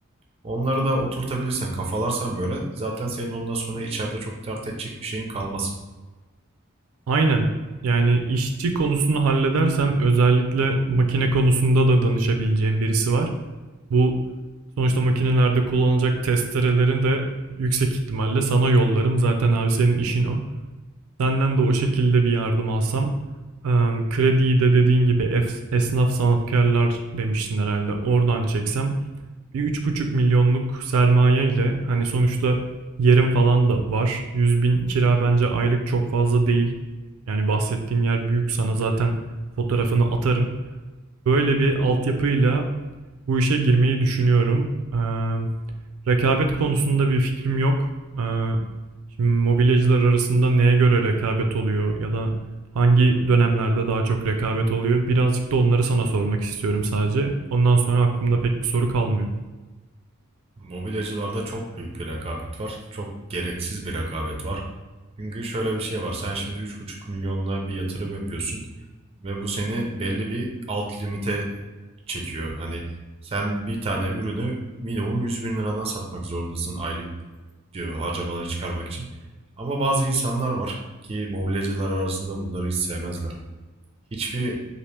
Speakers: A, on the right; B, on the right.
A: Onları da oturtabilirsen kafalarsan böyle zaten senin ondan sonra içeride çok dert edecek bir şeyin kalmaz.
B: Aynen. Yani işçi konusunu halledersem özellikle makine konusunda da danışabileceğim birisi var. Bu sonuçta makinelerde kullanılacak testerelerin de yüksek ihtimalle sana yollarım. Zaten abi senin işin o. Senden de o şekilde bir yardım alsam. Em, Krediyi de dediğin gibi ef- esnaf sanatkarlar demiştin herhalde. Oradan çeksem bir üç buçuk milyonluk sermaye ile hani sonuçta yerim falan da var. 100 bin kira bence aylık çok fazla değil. Yani bahsettiğim yer büyük sana zaten fotoğrafını atarım. Böyle bir altyapıyla bu işe girmeyi düşünüyorum. Eee, rekabet konusunda bir fikrim yok. Eee, şimdi mobilyacılar arasında neye göre rekabet oluyor ya da hangi dönemlerde daha çok rekabet oluyor? Birazcık da onları sana sormak istiyorum sadece. Ondan sonra aklımda pek bir soru kalmıyor.
A: Mobilyacılarda çok büyük bir rekabet var. Çok gereksiz bir rekabet var. Çünkü şöyle bir şey var. Sen şimdi üç buçuk milyonla bir yatırım yapıyorsun ve bu seni belli bir alt limite çekiyor. Hani sen bir tane ürünü minimum 100 bin liradan satmak zorundasın aylık diyor harcamaları çıkarmak için. Ama bazı insanlar var ki mobilyacılar arasında bunları hiç sevmezler. Hiçbir